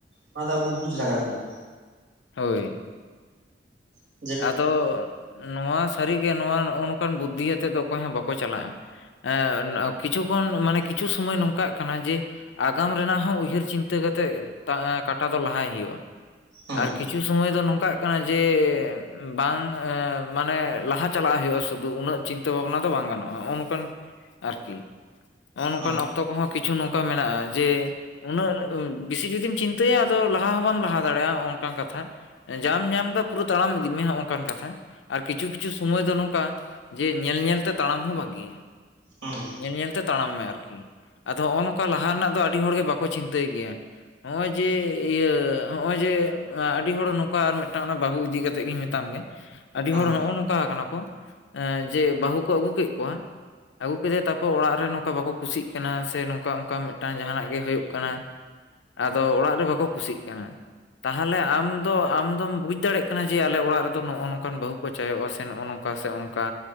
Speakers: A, on the right; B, on the left.
A: ᱚᱱᱟ ᱫᱚ ᱟᱹᱵᱩ ᱵᱩᱡᱽ ᱞᱟᱜᱟᱣ ᱵᱚᱱᱟ᱾
B: ᱦᱳᱭ᱾
A: ᱛᱤ
B: ᱟᱫᱚ ᱱᱚᱣᱟ ᱥᱟᱹᱨᱤ ᱜᱮ ᱱᱚᱣᱟ ᱱᱚᱜ-ᱚ ᱱᱚᱝᱠᱟᱱ ᱵᱩᱫᱽᱫᱷᱤ ᱟᱛᱮᱜ ᱫᱚ ᱚᱠᱚᱭ ᱦᱚᱸ ᱵᱟᱠᱚ ᱪᱟᱞᱟᱜ-ᱟ᱾ ᱮ ᱠᱤᱪᱷᱩ ᱠᱷᱚᱱ ᱢᱟᱱᱮ ᱠᱤᱪᱷᱩ ᱥᱚᱢᱚᱭ ᱱᱚᱝᱠᱟᱜ ᱠᱟᱱᱟ ᱡᱮ᱾ ᱟᱜᱟᱢ ᱨᱮᱱᱟᱜ ᱦᱚᱸ ᱩᱭᱦᱟᱹᱨ ᱪᱤᱱᱛᱟᱹ ᱠᱟᱛᱮᱜ, ᱠᱟᱴᱟ ᱫᱚ ᱞᱟᱦᱟᱭ ᱦᱩᱭᱩᱜ-ᱟ᱾
A: ᱦᱩᱸ
B: ᱟᱨ ᱠᱤᱪᱷᱩ ᱥᱚᱢᱚᱭ ᱫᱚ ᱱᱚᱝᱠᱟᱜ ᱠᱟᱱᱟ ᱡᱮᱻ᱾ ᱵᱟᱝ ᱮ ᱢᱟᱱᱮ ᱞᱟᱦᱟ ᱪᱟᱞᱟᱜ ᱦᱩᱭᱩᱜ-ᱟ ᱥᱩᱫᱷᱩ ᱩᱱᱟᱹᱜ ᱪᱤᱱᱛᱟᱹ ᱵᱷᱟᱵᱱᱟ ᱫᱚ ᱵᱟᱝ ᱜᱟᱱᱚᱜ-ᱟ ᱱᱚᱜ-ᱚ ᱱᱚᱝᱠᱟᱱ᱾ ᱟᱨᱠᱤ ᱱᱚᱜ-ᱚ ᱱᱚᱝᱠᱟᱱ
A: ᱦᱩᱸ
B: ᱚᱠᱛᱚ ᱠᱚᱦᱚᱸ ᱠᱤᱪᱷᱩ ᱱᱚᱝᱠᱟ ᱢᱮᱱᱟᱜ-ᱟ ᱡᱮ᱾ ᱩᱱᱟᱹᱜ ᱵᱮᱥᱤ ᱡᱩᱫᱤᱢ ᱪᱤᱱᱛᱟᱹᱭᱟ ᱟᱫᱚ ᱞᱟᱦᱟ ᱦᱚᱸ ᱵᱟᱢ ᱞᱟᱦᱟ ᱫᱟᱲᱮᱭᱟᱜ-ᱟ ᱱᱚᱜ-ᱚ ᱚᱝᱠᱟᱱ ᱠᱟᱛᱷᱟ᱾ ᱡᱟᱢ ᱧᱟᱢᱫᱟ ᱯᱩᱨᱟᱹ ᱛᱟᱲᱟᱢ ᱤᱫᱤᱜ ᱢᱮ ᱦᱚᱜ-ᱚ ᱚᱱᱠᱟᱱ ᱠᱟᱛᱷᱟ, ᱟᱨ ᱠᱤᱪᱷᱩ ᱠᱤᱪᱷᱩ ᱥᱚᱢᱚᱭ ᱫᱚ ᱱᱚᱝᱠᱟ᱾ ᱡᱮ ᱧᱮᱞ ᱧᱮᱞᱛᱮ ᱛᱟᱲᱟᱢ ᱦᱚᱸ ᱵᱷᱟᱜᱮᱤᱭᱟ,
A: ᱦᱩᱸ
B: ᱧᱮᱞ ᱧᱮᱞᱛᱮ ᱛᱟᱲᱟᱢ ᱢᱮ ᱟᱨᱠᱤ᱾ ᱟᱫᱚ ᱦᱚᱸᱜ-ᱚ ᱱᱚᱝᱠᱟ ᱞᱟᱦᱟ ᱨᱮᱱᱟᱜ ᱫᱚ ᱟᱹᱰᱤ ᱦᱚᱲᱜᱮ ᱵᱟᱠᱚ ᱪᱤᱱᱛᱟᱹᱭ ᱜᱮᱭᱟ᱾ ᱱᱚᱜ ᱚᱭ ᱡᱮ ᱤᱭᱟᱹ ᱱᱚᱜ ᱚᱭ ᱡᱮ ᱟᱹᱰᱤ ᱦᱚᱲ ᱱᱚᱝᱠᱟ ᱟᱨ ᱢᱤᱫᱴᱟᱝ ᱚᱱᱟ ᱵᱟᱹᱦᱩ ᱤᱫᱤ ᱠᱟ ᱟᱛᱮᱫ ᱜᱤᱧ ᱢᱮᱛᱟᱢ ᱜᱮ ᱟᱹᱰᱤ
A: ᱦᱩᱸ
B: ᱦᱚᱲ ᱱᱚᱜ-ᱚ ᱱᱚᱝᱠᱟ ᱠᱟᱱᱟ ᱠᱚ ᱡᱮ ᱵᱟᱹᱦᱩ ᱠᱚ ᱟᱹᱜᱩ ᱠᱮᱫ ᱠᱚᱣᱟ᱾ ᱟᱹᱜᱩ ᱠᱮᱫᱮ ᱛᱟᱨᱯᱚᱨ ᱚᱲᱟᱜ ᱨᱮ ᱱᱚᱝᱠᱟ ᱵᱟᱠᱚ ᱠᱩᱥᱤᱜ ᱠᱟᱱᱟ ᱥᱮ ᱱᱚᱝᱠᱟ ᱚᱝᱠᱟ ᱢᱤᱫᱴᱟᱝ ᱡᱟᱦᱟᱱᱟᱜ ᱜᱮ ᱦᱩᱭᱩᱜ ᱠᱟᱱᱟ᱾ ᱟᱫᱚ ᱚᱲᱟᱜ ᱨᱮ ᱵᱟᱠᱚ ᱠᱩᱥᱤᱜ ᱠᱟᱱᱟ, ᱛᱟᱦᱚᱞᱮ ᱟᱢ ᱫᱚ ᱟᱢᱫᱚᱢ ᱵᱩᱡ ᱫᱟᱲᱭᱟᱜ ᱠᱟᱱᱟ ᱡᱮ ᱟᱞᱮ ᱚᱲᱟᱜ ᱨᱮᱫᱚ ᱱᱚᱜᱼᱚ ᱱᱚᱝᱠᱟᱱ ᱵᱟᱹᱦᱩ ᱠᱚ ᱪᱟᱭᱚᱜᱼᱟ ᱥᱮ ᱱᱚᱜᱼᱚ ᱱᱚᱝᱠᱟ ᱥᱮ ᱚᱝᱠᱟ